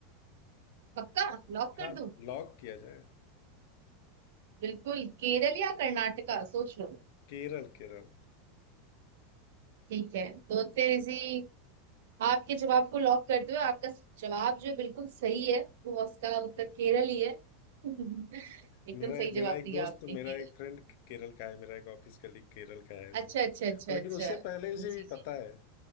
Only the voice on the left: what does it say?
हाँ
लॉक किया जाए
केरल केरल
मेरा
मेरा
एक
दोस्त
मेरा
एक फ्रेंड केरल का है मेरा एक ऑफिस कलीग केरल का है इसलिए
और
लेकिन
उससे पहले उसे
भी
पता है